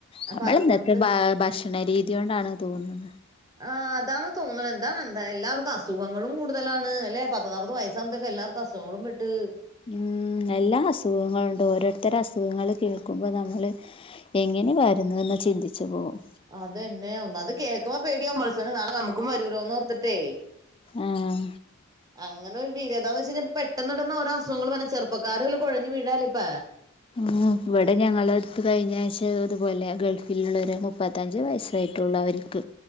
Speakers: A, on the right; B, on the left.
A: അപ്പൊ
B: നമ്മള്
A: അതുകൊണ്ട്
B: എന്നത്തെ ബാ ഭക്ഷണ രീതി കൊണ്ടാണ് തോന്നുന്നത്
A: ആ അതാന്ന് തോന്നുന്നത് എന്താ എന്താ എല്ലാവർക്കും അസുഖങ്ങളും കൂടുതലാണ് അല്ലെ പത് ത്ത് നാപ്പത് വയസ്സാകുമ്പഴത്തേക്ക് എല്ലാർക്കും അഖൂങ്ങളും പെട്ട്
B: ഉം എല്ലാ അസുഖങ്ങളുണ്ട് ഓരോരുത്തരു അസുഖങ്ങൾ കേൾക്കുമ്പോ നമ്മള് എങ്ങനെ വരുന്നു എന്ന് ചിന്തിച്ചു പോകും
A: അത് ന്നെ ഒന്നാത് കേൾക്കുമ്പോ പേടിയാകും പടച്ചോനെ നാളെ നമുക്കും വരൂലോന്ന് ഓർത്തിട്ടേ
B: ആഹ്
A: അങ്ങ് അങ്ങന ഒരു രീതി എതാന്ന് വെച്ച് പെട്ടെന്ന്പെട്ടന്ന് ഓരോ അസുങ്ങങ്ങള് വന്ന് ചെറുക്കാര കുഴഞ്ഞ് വീഴാലിപ്പ
B: ഉം ഇവിടെ ഞങ്ങള അടുത്ത് കഴിഞ്ഞ ആഴ്ച്ച അതുപോലെ ഗൾഫിലുള്ളവർ മുപ്പത്തഞ്ച് വയസ്സായിട്ടുള്ളവരി ക്ക്